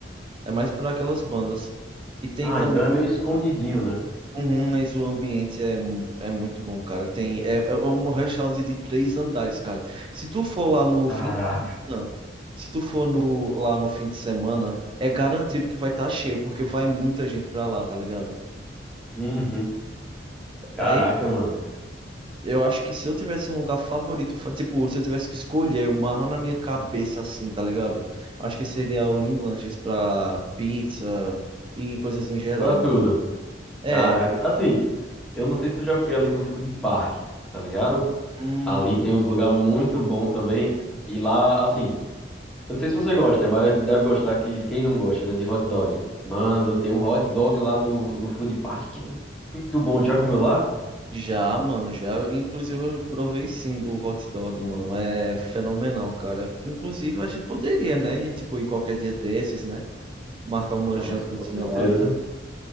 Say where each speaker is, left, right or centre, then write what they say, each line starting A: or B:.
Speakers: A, on the right; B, in the centre.
A: É mais por aquelas bandas. E tem
B: Ah,
A: também
B: então é meio escondidinho, né?
A: Uhum, mas o ambiente é, é muito bom, cara. Tem, é, é um restaurante de três andares, cara. Se tu for lá no
B: Caraca.
A: fim, não. Se tu for no, lá no fim de semana, é garantido que vai estar cheio, porque vai muita gente pra lá, tá ligado?
B: Uhum. Caraca,
A: Aí pô,
B: mano.
A: eu acho que se eu tivesse um lugar favorito, fa- tipo, se eu tivesse que escolher uma arma na minha cabeça, assim, tá ligado? Acho que seria o Lean Lanches pra pizza e coisas em geral,
B: Pra
A: mano.
B: tudo.
A: É,
B: Caraca. Assim, eu não sei se tu já foi ali no Food Park, tá ligado?
A: hum,
B: Ali tem uns lugares muito bons também. E lá, assim, eu não sei se você gosta, mas deve gostar que quem não gosta, né, de hot dog. Mano, tem um hot dog lá no, no Food Park que é muito bom. Já comeu lá?
A: Já, mano, já. Eu- Inclusive, eu provei sim do hot dog, mano. É fenomenal, cara. Inclusive, a gente poderia, né? E, tipo, ir qualquer dia desses, né? Marcar uma
B: Nossa,
A: jantazinha
B: com certeza.
A: lá e tal.